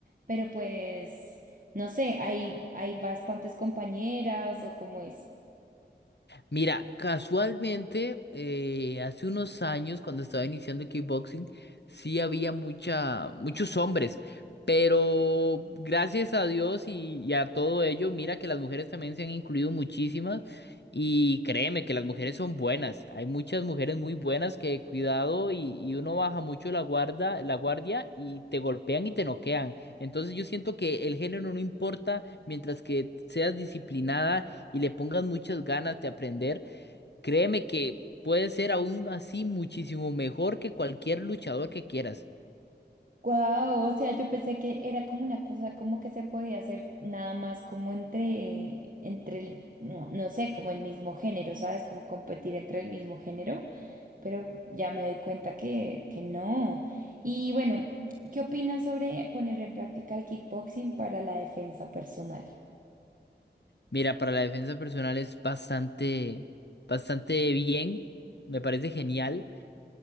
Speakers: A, on the right; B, on the left.
A: pero pues, no sé, hay, hay bastantes compañeras o cómo es.
B: Mira, casualmente, eh, hace unos años, cuando estaba iniciando kickboxing, sí había mucha, muchos hombres, pero gracias a Dios y, y a todo ello, mira que las mujeres también se han incluido muchísimas y créeme que las mujeres son buenas. Hay muchas mujeres muy buenas que cuidado y, y uno baja mucho la guarda, la guardia y te golpean y te noquean. Entonces yo siento que el género no importa mientras que seas disciplinada y le pongas muchas ganas de aprender, créeme que puede ser aún así muchísimo mejor que cualquier luchador que quieras.
A: Wow, o sea, yo pensé que era como una cosa como que se podía hacer nada más como entre, entre el, no, no sé, como el mismo género, ¿sabes? Como competir entre el mismo género, pero ya me doy cuenta que, que no. Y bueno, ¿qué opinas sobre poner en práctica el kickboxing para la defensa personal?
B: Mira, para la defensa personal es bastante, bastante bien, me parece genial.